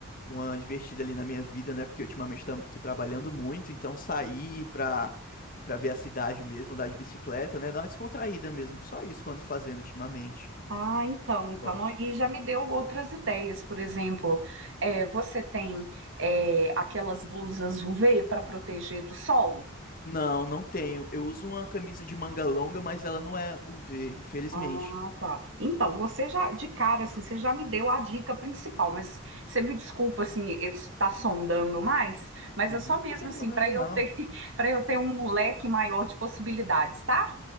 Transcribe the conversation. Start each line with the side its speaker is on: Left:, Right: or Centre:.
Left: uma divertida ali na minha vida, né? Porque ultimamente tam- tô trabalhando muito, então sair pra, pra ver a cidade mesmo, andar de bicicleta, né? Dar uma descontraída mesmo. Só isso quando fazendo ultimamente.
Right: Ah, então,
Left: Esporte.
Right: então aí já me deu outras ideias, por exemplo,
Left: Uhum.
Right: eh, você tem eh, aquelas blusas UV para proteger do sol?
Left: Não, não tenho. Eu uso uma camisa de manga longa, mas ela não é U V infelizmente.
Right: Ah, tá. Então, você já, de cara, assim, você já me deu a dica principal, mas você me desculpa, assim, eu estar sondando mais, mas
Left: Uhum.
Right: é só mesmo,
Left: Não tem
Right: assim,
Left: problema,
Right: para eu
Left: não.
Right: ter, <laughs> para eu ter um leque maior de possibilidades, tá?